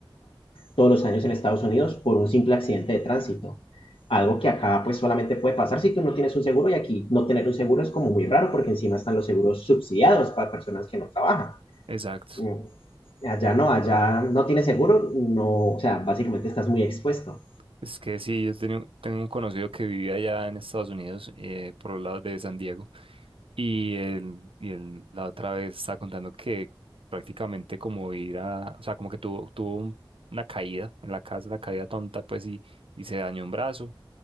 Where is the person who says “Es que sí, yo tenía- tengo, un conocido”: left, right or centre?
Right